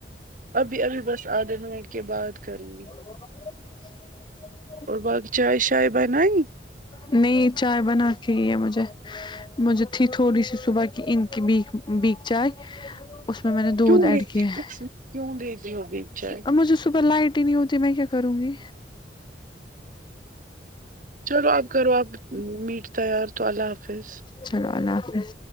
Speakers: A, on the right; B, on the left.
A: ابھی ابھی بس آدھے منٹ کے بعد کرونگی
B: <unintelligible>
A: اور بھابی چائے شائے بنائی
B: نہیں چائے بناتی ہے مجھے مجھے تھی تھوڑی سی صبح کی ان کی بیک بیک چائے اس میں نے دودھ
A: کیوں
B: ایڈ
A: دتی
B: کیا ہے
A: کیوں <unintelligible> ہو گی چائے
B: اب مجھے صبح لائٹ ہی نہیں ہوتی میں کیا کروں گی
A: چلو آپ کرو آپ میٹ تیار تو اللہ حافظ
B: چلو اللہ حافظ